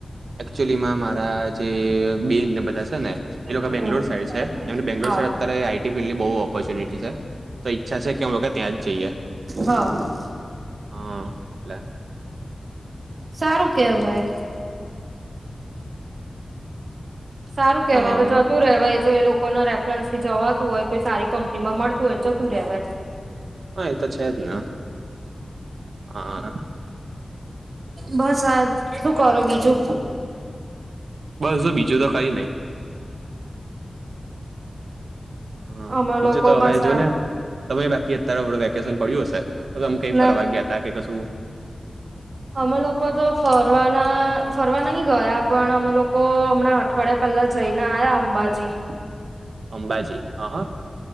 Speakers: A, on the right (about 80°); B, on the right (about 70°).
A: એક્ચુલીમાં મારા જે બેનને એ બધા છે ને એ લોકો
B: હમ
A: બેંગ્લોર સાઈડ છે એમને બેંગ્લોર
B: હા
A: સાઇડ અત્તારે આઈટી ફિલ્ડ બો ઓપોર્ચુનિટી છે તો ઈચ્છા છે કે અમે લોકો ત્યાં જ જઈએ
B: હા
A: હા. એટલે
B: સારું કેહવાય. સારું કેહવાય
A: હા
B: તો જતું રેવાય. જો એ લોકોના રેફ રન્સથી જવાતું હોય કોઈ સારી કંપનીમાં મળતું હોય તો જતું રહેવાય
A: હા એ તો છે જ ના હા.
B: બસ આ જ. શું કરો બીજું?
A: બસ જો. બીજું તો કંઈ ન‌ઈ. હા
B: અમે
A: બીજું
B: લોકો
A: તો હવે
B: બસ
A: જો
B: આ
A: ને તમે બાકી અત્તારે હમણે વેકેશન પડ્યું હશે તો આમ કંઈ ફરવા
B: ના
A: ગ્યાતા કે કશું?
B: અમે લોકો તો ફરવાના ફરવા નહીં ગયા પણ અમે લોકો હમણાં અઠવાડિયા પેલ્લા જ‌ઈ ને આયા અંબાજી.
A: <inaudible> અંબાજી. હ હા